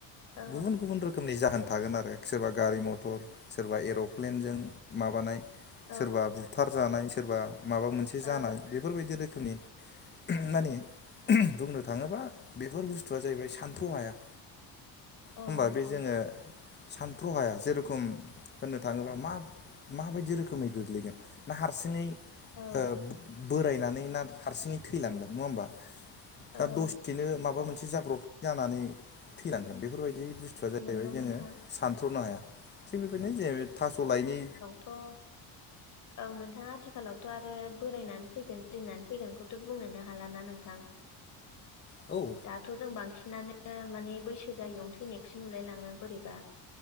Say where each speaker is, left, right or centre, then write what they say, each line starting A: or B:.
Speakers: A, on the left (about 45°); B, on the left (about 25°).
A: औ
B: गुबुन गुबुन रोखोम रोखोमनि जाहोन थागोन आरो सोरबा गारि मथर सोरबा एर'प्लेनजों माबानाय
A: औ
B: सोरबा बुथार जानाय सोरबा माबा मोनसे
A: औ
B: जानाय बेफोरबायदि रोखोमनि माने बुंनो थाङोबा बेफोर बुस्थुआ जाहैबाय सान्थ्र' हाया।
A: औ
B: होमबा
A: नोंथां
B: बे जोङो सान्थ्र' हाया जेरोखम होननो थाङोब्ला मा माबायदि रोखोमै गोग्लैगोन ना हारसिङै
A: औ
B: ओ बोरायनानै ना हारसिङै थैलांगोन नङा होमबा दा
A: औ
B: दसेनो माबा मोनसे जाब्रब जानानै थैनांगोन बेफोरबायदि बुस्थु जाहैबाय
A: नंगौ
B: जोङो
A: नोंथां
B: सानथ्र'नो हाया थिग बेबायदिनो जे थास' लाइनि
A: थ' औ नोंथाङा आथिखालावथ' आरो बोरायना थैगोन बुरिनानै थैगोनखौथ' बुंनोनो हालाना नोंथां
B: औ
A: दाथ' जों बांसिनानो माने बैसो जायैयावनो थैनायखौसो नुलायलाङो बोरैबा